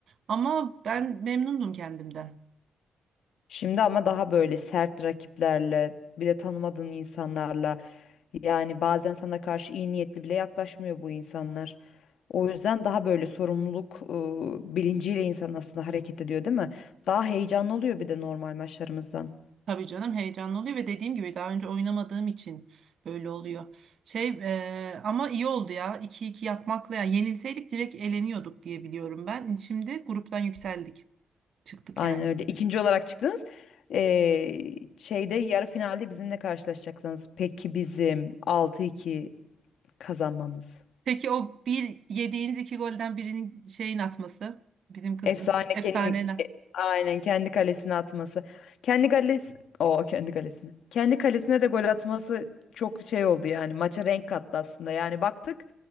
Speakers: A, on the right (about 55°); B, on the left (about 85°).
A: Ama ben memnundum kendimden.
B: Şimdi ama daha böyle sert rakiplerle bir de tanımadığın insanlarla yani bazen sana karşı iyi niyetli bile yaklaşmıyor bu insanlar. O yüzden daha böyle sorumluluk e, bilinciyle insan aslında hareket ediyor değil mi? Daha heyecanlı oluyor bir de normal maçlarımızdan.
A: Tabii canım heyecanlı oluyor ve dediğim gibi daha önce oynamadığım için böyle oluyor. Şey e, ama iyi oldu ya iki iki yapmakla ya yenilseydik direkt eleniyorduk diye biliyorum ben. Şimdi gruptan yükseldik çıktık
B: Aynen
A: yani.
B: öyle. İkinci olarak çıktınız. Ee, şeyde yarı finalde bizimle karşılaşacaksınız. Peki bizim 6-2 kazanmamız.
A: Peki o bir yediğiniz iki golden birinin şeyin atması bizim kızın
B: Efsane
A: efsane
B: kendi aynen kendi kalesine atması. Kendi kalesi o kendi kalesine. Kendi kalesine de gol atması çok şey oldu yani maça renk kattı aslında. Yani baktık